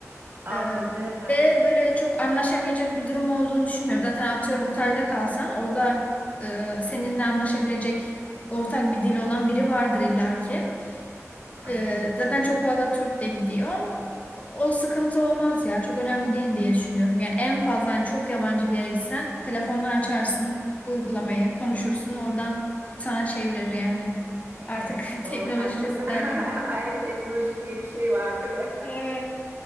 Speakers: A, on the right; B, on the left.
A: Anladım.
B: E, ve böyle çok anlaşamayacak bir durum olduğunu düşünmüyorum. Zaten atıyorum otelde kalsan orada e, seninle anlaşabilecek ortak bir dil olan biri vardır illaki.
A: Anladım.
B: Ee, zaten çok fazla Türk de gidiyor. O sıkıntı olmaz ya. Çok önemli değil diye düşünüyorum. Yani en fazla hani çok yabancı bir yere gitsen telefondan açarsın uygulamayı, konuşursun oradan sana çevirir yani.
A: Evet
B: Artık <laughs>
A: doğru
B: teknoloji
A: haklısın.
B: çok ilerledi.
A: <laughs> Aynen teknoloji diye bir şey var değil mi?
B: Evet.